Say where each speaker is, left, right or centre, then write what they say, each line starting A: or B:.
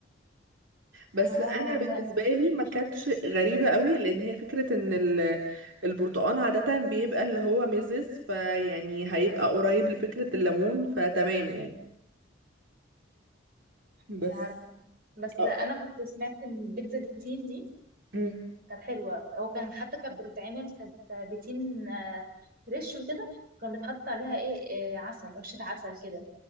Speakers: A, on the right; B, on the right.
A: بس
B: اه
A: انا بالنسبه
B: لا دي جديدة.
A: لي ما
B: مش
A: كانتش غريبه قوي لان هي فكره ان ال... البرتقال عاده بيبقى اللي هو ميزز فيعني هيبقى قريب لفكره الليمون فتمام يعني
B: مش
A: بس
B: عارفه بس انا
A: اه
B: كنت سمعت ان البيتزا بالتين دي
A: أمم.
B: كانت حلوة هو كان حتى كانت بتتعمل كانت بتين آه، فريش وكده كان بيتحط عليها ايه آه، عسل رشة عسل كده